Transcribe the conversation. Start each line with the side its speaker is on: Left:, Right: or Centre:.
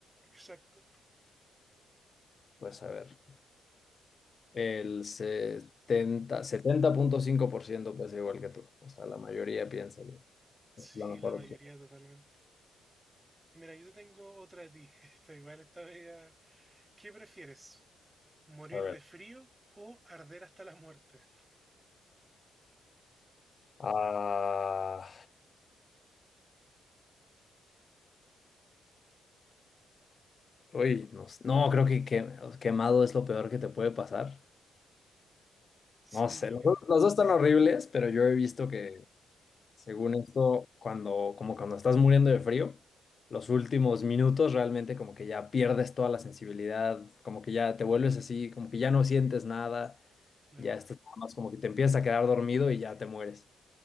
Right: Exacto.
Left: Pues a ver, el setenta setenta punto cinco por ciento pues igual que tú. O sea, la mayoría piensa.
Right: Sí,
Left: la mejor
Right: la mayoría
Left: opción.
Right: totalmente. Y mira, yo te tengo otra de ti. <laughs> Está igual, esta media. ¿Qué prefieres? ¿Morir
Left: A ver.
Right: de frío o arder hasta la muerte? <laughs>
Left: Ah, uy, no, s- no, creo que que quemado es lo peor que te puede pasar.
Right: Sí,
Left: No sé,
Right: yo
Left: los,
Right: creo
Left: dos
Right: que,
Left: los dos están horribles, pero yo he visto que, según esto, cuando, como cuando estás muriendo de frío, los últimos minutos realmente como que ya pierdes toda la sensibilidad, como que ya te vuelves así, como que ya no sientes nada,
Right: claro.
Left: ya estás nada más como que te empiezas a quedar dormido y ya te mueres.